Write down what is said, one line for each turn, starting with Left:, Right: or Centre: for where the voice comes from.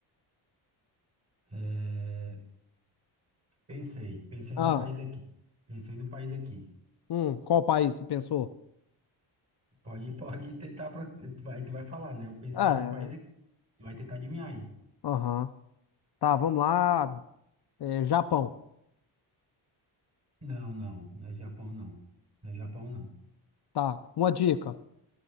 Right: É, pensei, pensei
Left: Ah,
Right: num país aqui. Pensei num país aqui.
Left: hum, qual país você pensou?
Right: Pode, pode tentar. pro- Tu vai, tu vai falar, né? Eu pensei
Left: Ah,
Right: num país aqui.
Left: É,
Right: Tu vai tentar adivinhar aí.
Left: aham. Tá, vamos lá. É, Japão.
Right: Não, não. Não é Japão, não. Não é Japão, não.
Left: Tá, uma dica.